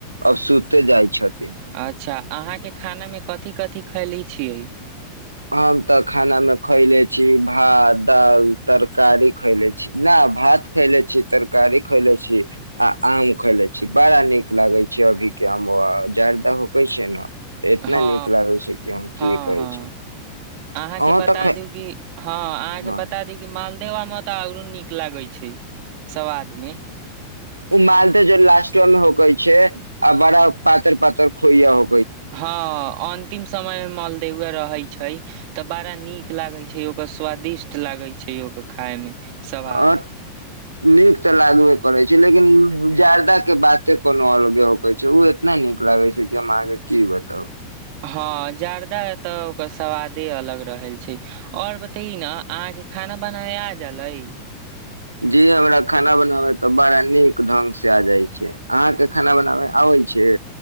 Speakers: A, on the right; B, on the right.
A: अब सुते जाइ छथि
B: अच्छा अहाँके खानामे कथी कथी खैखले छियै
A: हम तऽ खाना मे खैले छी भात दाल तरकारी खैले छी ना भात खैले छी तरकारी खैले छी आ आम खैले छी बड़ा नीक लागे छै अभि किया हम ओ जर्दा हौकै छी न एतना
B: हँ
A: नीक लागे छै कि हम की
B: हँ
A: कहै
B: हँ
A: छी
B: अहाँके
A: अहूँ
B: बता
A: तऽ
B: दू कि हां अहाँके
A: हँ
B: बता दू कि माल देवा माता आ नीक लागे छै स्वाद मे
A: ओ मालदह जे लास्टवा मे होखै छै आ बड़ा उ पातर पातर खोइज हो
B: हँ अन्तिम समय मे मलदेवउवा रहै छै तऽ बड़ा नीक लागै छै ओ स्वादिष्ट लागै छै यौ खाय मे स्वाद
A: आ नीक तऽ लागबे करै छै लेकिन जर्दा के बाते कोनो अलगे होक छै उ नैय नीक लागे छै इ हम आहां के की बताउ
B: हाँ जर्दा त ओकर स्वादे अलग रहै छै और बताई न अहाँ खा खना बनाबे आ जा लै
A: जी हमरा खाना बनाबे तऽ बड़ा नीक ढंग से आ जाय छै अहाँ के खाना बनाबे आबै छै